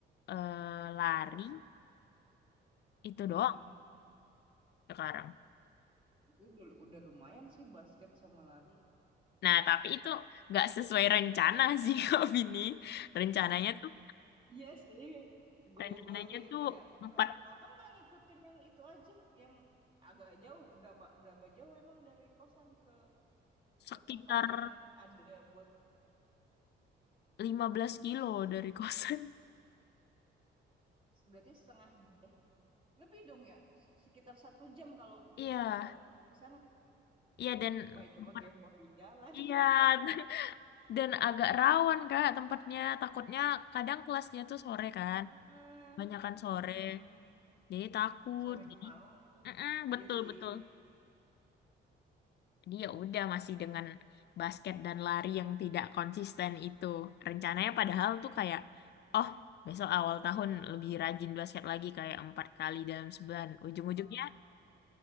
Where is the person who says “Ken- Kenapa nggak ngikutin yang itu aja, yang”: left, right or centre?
Right